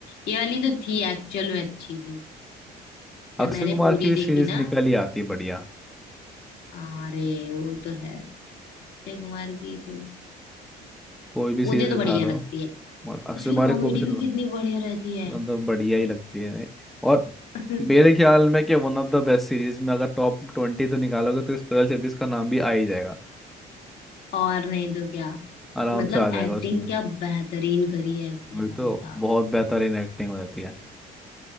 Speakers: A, on the left (about 70°); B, in the centre.
A: ये वाली तो थी एक्चुअल में अच्छी थी जब
B: अक्षय
A: मैंने
B: कुमार
A: पूरी
B: की
A: देखी
B: सीरीज
A: ना
B: निकल ही आती है बढ़िया
A: अरे वो तो है अक्षय कुमार की तो
B: कोई भी सीरीज
A: मुझे तो
B: उठा
A: बढ़िया
B: लो
A: लगती है
B: अक्षय
A: उसकी
B: कुमार
A: कॉमेडी
B: की कोई भी सीरीज,
A: भी कितनी बढ़िया रहती है
B: मतलब बढ़िया ही लगती है भाई। और
A: <laughs>
B: मेरे ख्याल में कि one of the best series में अगर टॉप ट्वेंटी तो निकालोगे तो स्पेशल सर्विस का नाम भी आ ही जाएगा
A: और नहीं तो क्या
B: आराम
A: मतलब
B: से आ जाएगा
A: एक्टिंग
B: उसमें
A: क्या बेहतरीन करी है उसने
B: वही
A: भाई
B: तो
A: साहब
B: बहुत बेहतरीन एक्टिंग हो जाती है